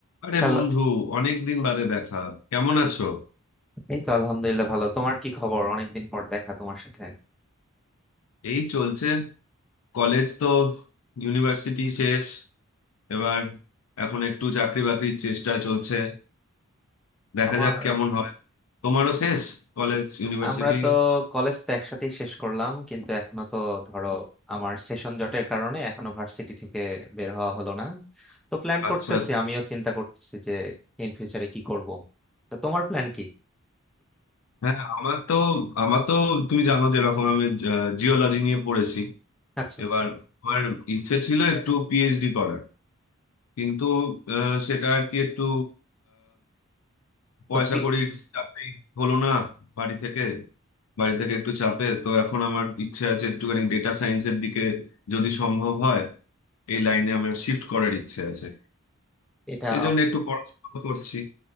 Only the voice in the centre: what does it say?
Hello
এই তো আলহামদুলিল্লাহ ভালো তোমার কি খবর অনেকদিন পর দেখা তোমার সাথে
আমার
আমরা তো কলেজ তো একসাথেই শেষ করলাম কিন্তু এখনো তো ধরো আমার সেশন জটের কারণে এখনো ভার্সিটি থেকে বের হওয়া হলো না তো প্ল্যান
করতেছি
আমিও চিন্তা করতেছি যে ইন ফিউচারে কি করব তো তোমার প্ল্যান কি
আচ্ছা আচ্ছা
তো পি-
এটা